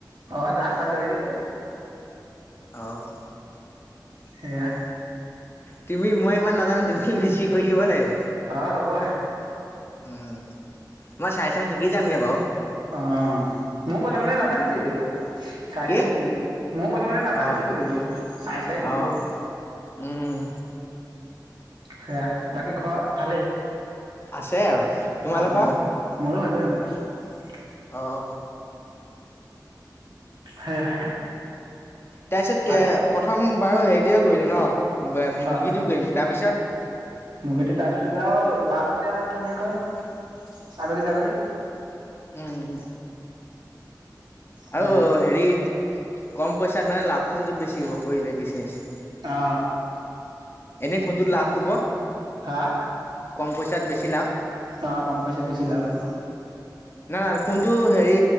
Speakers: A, on the right (about 85°); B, on the left (about 30°).
A: অ দা চা লৈলৈ
B: অহ
A: সেয়া
B: তুমি মই ইমান নাজানো তুমি বেছি কৰি দিব লাগিব
A: অ হ'ব
B: উম মই চাই চাই শিকি যামগে বাৰু
A: অ মও প্ৰথমতে
B: উম,
A: নাজানিছিলো চাই
B: কি
A: চাই শিকিলো মও প্ৰথমতে নাজানিছিলো
B: অহ,
A: বোলো চাই চাই শিকিলো
B: অহ, উম
A: সেয়া বাকী ঘৰত ভালেই
B: আছে আৰু তোমালোকৰ
A: অ অ <unintelligible>
B: অহ
A: সেয়া
B: তাৰ পিছত
A: ভাত
B: কে প্ৰথম বাৰু হেৰিটোয়ে কৰিলো ন বে, মুৰ্গীটো
A: অ
B: কৰিম তাৰ পিছত?
A: মুৰ্গীটো তাৰপিছত আৰু লাভ হ'লে আৰু ধুনীয়াকৈ ছাগলী, তাগলী।
B: উম।
A: সেয়া
B: আৰু হেৰি কম পইচাত মানে লাভ কোনটোত বেছি হ'ব কৰিলে বিজনেচ?
A: আ
B: এনে কোনটোত লাভ হ'ব?
A: হা
B: কম পইচাত বেছি লাভ।
A: অ কম পইচাত বেছি লাভ অ
B: না, না কোনটো হেৰি